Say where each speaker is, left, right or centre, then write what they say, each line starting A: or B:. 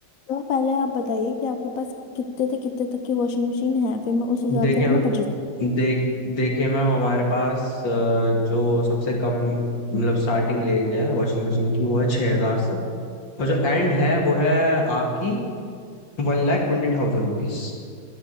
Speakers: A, on the left; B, on the left.
A: तो आप पहले आप बताइए कि आपके पास कितने से कितने तक की वॉशिंग मशीन है फिर मैं उस हिसाब
B: देखिए
A: से अपना बजट
B: देख देखिए मैम हमारे पास अ, जो सबसे कम मतलब स्टार्टिंग रेंज है वॉशिंग मशीन की वो है 6000 से और जो एंड है वो है आपकी one lakh twenty thousand rupees